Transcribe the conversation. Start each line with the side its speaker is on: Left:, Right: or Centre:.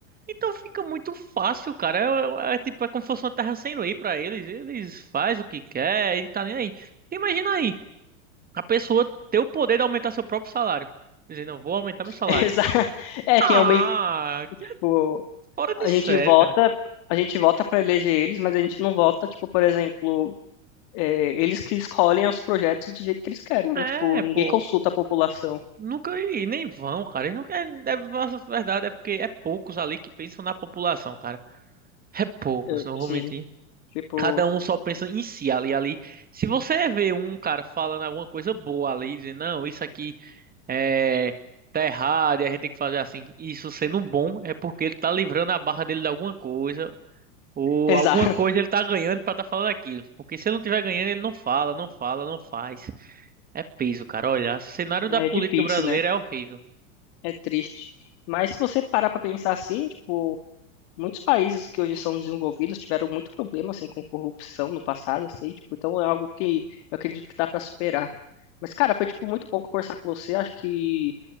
Right: Então fica muito fácil, cara. É, é- é tipo, é como se fosse uma terra sem lei pra eles. Eles fazem o que quer, e não tá nem aí. Imagina aí, a pessoa ter o poder de aumentar seu próprio salário. Dizer, não, vou aumentar meu
Left: <laughs>
Right: salário.
Left: Exa- É
Right: Ah,
Left: que é o meio,
Right: que
Left: tipo,
Right: é fora de
Left: a
Right: sério,
Left: gente vota,
Right: cara.
Left: a gente vota para eleger eles, mas a gente não vota, tipo, por exemplo, é, eles que escolhem os projetos do jeito que eles querem, né?
Right: É,
Left: Tipo, ninguém
Right: pô.
Left: consulta a população.
Right: Nunca e nem vão, cara. Eles nunca, é, a verdade é porque é poucos ali que pensam na população, cara. É poucos,
Left: É,
Right: não vou
Left: Sim,
Right: mentir.
Left: tipo.
Right: Cada um só pensa em si ali, ali. Se você vê um cara falando alguma coisa boa ali, dizendo, não, isso aqui. é, tá errado e a gente tem que fazer assim. Isso sendo bom é porque ele tá livrando a barra dele de alguma coisa, ou
Left: Exato.
Right: alguma coisa
Left: <laughs>
Right: ele tá ganhando pra tá falando aquilo. Porque se ele não tiver ganhando, ele não fala, não fala, não faz. É peso, cara. Olha, o cenário
Left: É
Right: da política
Left: difícil,
Right: brasileira
Left: né?
Right: é horrível.
Left: É triste. Mas se você parar pra pensar assim, tipo, muitos países que hoje são desenvolvidos tiveram muito problema assim com corrupção no passado, assim, tipo, então é algo que eu acredito que dá pra superar. Mas cara, foi tipo muito bom conversar com você. Acho que